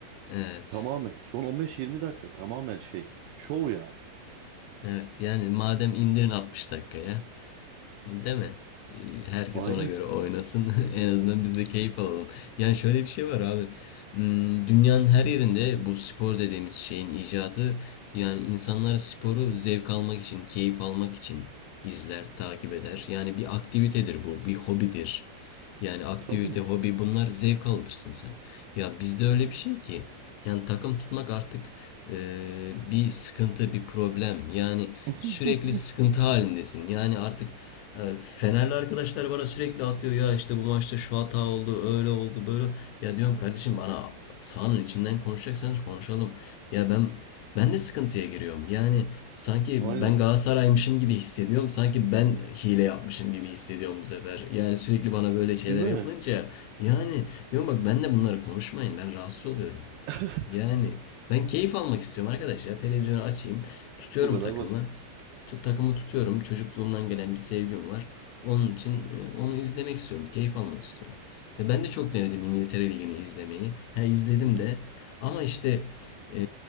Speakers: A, on the left; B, on the right.
A: evet.
B: Tamamen son 15-20 dakika tamamen şey şov yani.
A: Evet yani madem indirin 60 dakikaya Değil mi? Ee, Herkes
B: Aynen.
A: ona göre oynasın. <laughs> En azından biz de keyif alalım. Yani şöyle bir şey var abi. Hmm, Dünyanın her yerinde bu spor dediğimiz şeyin icadı yani insanlar sporu zevk almak için, keyif almak için izler, takip eder. Yani bir aktivitedir bu, bir hobidir. Yani aktivite,
B: Tabii.
A: hobi bunlar zevk alırsın sen. Ya bizde öyle bir şey ki yani takım tutmak artık e, bir sıkıntı, bir problem. Yani
B: <laughs>
A: sürekli sıkıntı halindesin. Yani artık e, Fenerli arkadaşlar bana sürekli atıyor ya işte bu maçta şu hata oldu, öyle oldu, böyle. Ya diyorum kardeşim bana sahanın içinden konuşacaksanız konuşalım. Ya ben ben de sıkıntıya giriyorum. Yani sanki
B: Aynen.
A: ben Galatasaray'mışım gibi hissediyorum. Sanki ben hile yapmışım gibi hissediyorum bu sefer. Yani sürekli bana böyle şeyler
B: Değil mi?
A: yapılınca yani diyorum bak ben de bunları konuşmayın. Ben rahatsız oluyorum.
B: <laughs>
A: Yani ben keyif almak istiyorum arkadaş ya. Televizyonu açayım. Tutuyorum
B: Bu kadar
A: takımı.
B: basit.
A: Tu- takımı tutuyorum. Çocukluğumdan gelen bir sevgim var. Onun için e, onu izlemek istiyorum. Keyif almak istiyorum. Ya ben de çok denedim İngiltere Ligi'ni izlemeyi. Ha izledim
B: Hı hı.
A: de. Ama işte e,